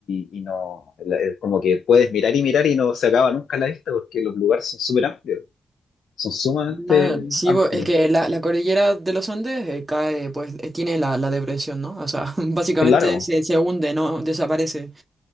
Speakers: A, on the left (about 75°); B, on the right (about 30°).
A: y, y no, la- es como que puedes mirar y mirar y no se acaba nunca la vista porque los lugares son súper amplios, son sumamente
B: Ah, sí,
A: amplios.
B: po, es que la, la cordillera de los Andes eh, cae, pues eh, tiene la, la depresión, ¿no? O sea, <laughs> básicamente
A: Claro,
B: se, se hunde, ¿no? Desaparece.